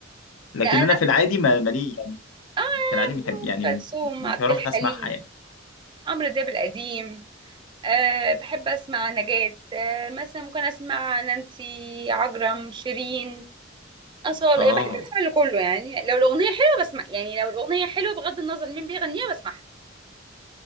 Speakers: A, on the left; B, on the right.
A: لكن
B: لا انا
A: انا في العادي ما مالي يعني
B: اه
A: في العادي بحب
B: أم
A: يعني مش
B: كلثوم
A: مش
B: عبد
A: هروح
B: الحليم
A: اسمعها يعني
B: عمرو دياب القديم أه بحب أسمع نجاة أه مثلا ممكن أسمع نانسي عجرم شيرين أصالة
A: اه
B: أه، بحب أسمع لكله يعني لو الأغنية حلوة بسمع يعني لو الأغنية حلوة بغض النظر مين بيغنيها بسمعها